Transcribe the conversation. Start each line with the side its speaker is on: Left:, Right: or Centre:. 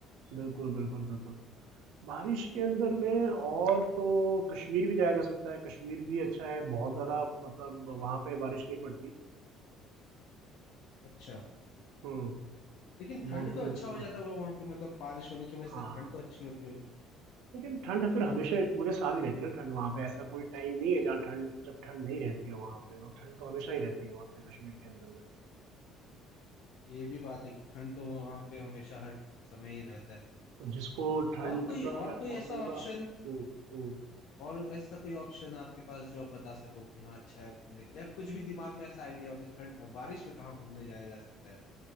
Right: बिल्कुल, बिल्कुल, बिल्कुल। बारिश के अंदर में
Left: ठीक,
Right: और तो कश्मीर भी जाया जा सकता है कश्मीर भी अच्छा है बहुत ज़्यादा मतलब वहाँ पे बारिश नहीं पड़ती
Left: अच्छा
Right: हम्म
Left: लेकिन ठंड
Right: मानसून
Left: तो अच्छा
Right: है इतना
Left: हो जाता होगा वहां पे मतलब बारिश होने की वजह से
Right: हाँ
Left: ठंड
Right: हाँ।
Left: तो अच्छी होती होगी
Right: लेकिन ठंड फिर हमेशा पूरे साल ही रहती है ना ठंड वहाँ पे ऐसा कोई टाइम नहीं है जहाँ ठंड जब ठंड नहीं रहती है वहाँ पे और ठंड तो हमेशा ही रहती है वहाँ पे कश्मीर के अंदर में
Left: ये भी बात है कि ठंड तो वहां पे हमेशा हर समय ही रहता है
Right: तो जिसको ठंड
Left: और कोई
Right: का
Left: और कोई
Right: मौसम
Left: ऐसा ऑप्शन
Right: का हम्म हम्म
Left: और ऐसा कोई ऑप्शन आपके पास जो आप बता सको कि हाँ अच्छा है घूमने के लिए आप कुछ भी दिमाग में ऐसा आइडिया हो कि ठंड बारिश में कहाँ घूमने जाया जा सकता है